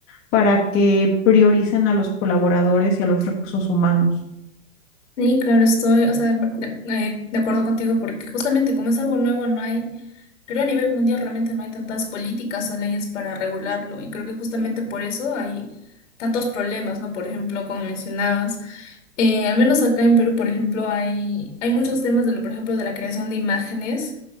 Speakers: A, on the left; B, on the left.
A: para que prioricen a los colaboradores y a los recursos humanos.
B: Sí, claro, estoy, o sea, de, eh, de acuerdo contigo, porque justamente como es algo nuevo, no hay, creo a nivel mundial realmente no hay tantas políticas o leyes para regularlo, y creo que justamente por eso hay tantos problemas, ¿no? Por ejemplo, como mencionabas, eh, al menos acá en Perú, por ejemplo, hay, hay muchos temas de lo, por ejemplo, de la creación de imágenes